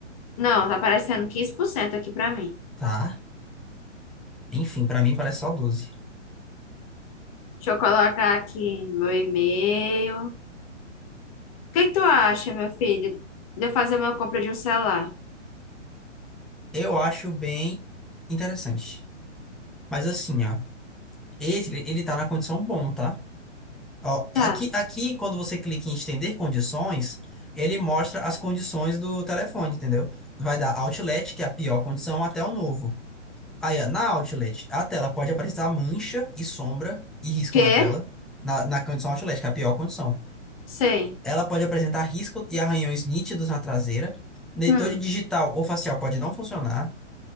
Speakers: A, on the left (about 30°); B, in the centre.
A: Não, tá aparecendo 15% aqui pra mim.
B: Tá? Enfim, pra mim parece só doze.
A: Deixa eu colocar aqui meu e-mail. O que que tu acha, meu filho, de eu fazer uma compra de um celular?
B: Eu acho bem interessante. Mas assim, ó. Esse, ele ele tá na condição bom, tá? Ó,
A: Tá.
B: aqui, aqui, quando você clica em estender condições, ele mostra as condições do telefone, entendeu? Vai dar Outlet, que é a pior condição, até o novo. Aí, ó, na Outlet, a tela pode aparecer mancha e sombra e risco
A: Quê?
B: na tela, na, na condição Outlet, que é a pior condição.
A: Sei.
B: Ela pode apresentar risco e arranhões nítidos na traseira. Leitor
A: Hum.
B: de digital ou facial pode não funcionar.